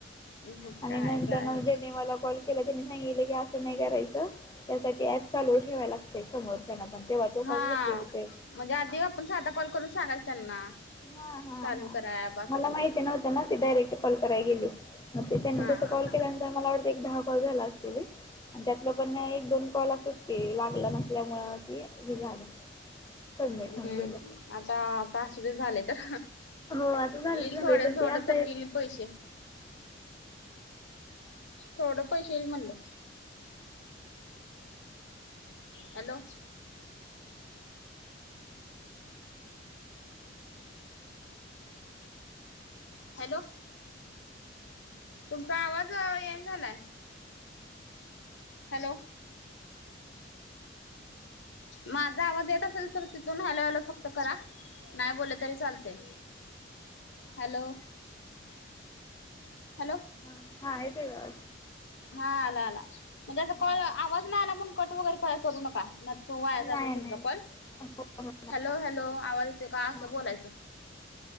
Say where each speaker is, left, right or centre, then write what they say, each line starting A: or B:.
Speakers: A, on the left; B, on the left.
A: मग
B: आणि
A: काय
B: नंतर
A: काय
B: ना
A: होत
B: ज्याने मला कॉल केला त्यांनी सांगितलं की असं नाही करायचं त्यासाठी ऍप चालू ठेवाय लागतय समोर त्यांना पण तेव्हा तो
A: हा
B: कॉल रिसिव्ह होतोय.
A: म्हणजे आधी आपण साधा कॉल करून सांगायचं त्यांना
B: हा हा
A: चालू
B: हा
A: करा ऍप असं
B: मला
A: तसं.
B: माहिती नव्हतं तं ती डायरेट कॉल करायला गेली म ते त्यांनी
A: हा हा
B: तस कॉल
A: हा.
B: केल्यानंतर मला वाटतं एक दहा कॉल झालं अस तेली त्यातलं पण एक दोन कॉल असच की लागलं नसल्यामुळे कि हे झालं. सबमिट
A: हम्म
B: होऊन गेलं
A: आता आता असुदे झाले तर
B: हो आता झालं
A: येईल
B: तर
A: थोड
B: झालं पण
A: थोडं
B: ते असं
A: तर
B: आहे
A: दिल पैसे थोडं पैसे येईल म्हणलं हॅलो हॅलो तुमचा आवाज येईना झालाय हॅलो
B: <inaudible>
A: माझा आवाज येत असेल तर तिथून हॅलो हॅलो फक्त करा. नाय बोललं तरी चालतंय हॅलो हॅलो
B: हां हां येते का
A: हा आला आला म्हणजे असं
B: हां
A: कॉल आवाज नाय आला म्हणून कट वगैरे काय करू नका नायतरं वाया
B: नाही
A: जातील तुमचा
B: नाही हो
A: कॉल
B: हो नाही.
A: हॅलो हॅलो आवाज येतोय का असं
B: हां
A: बोलायचं.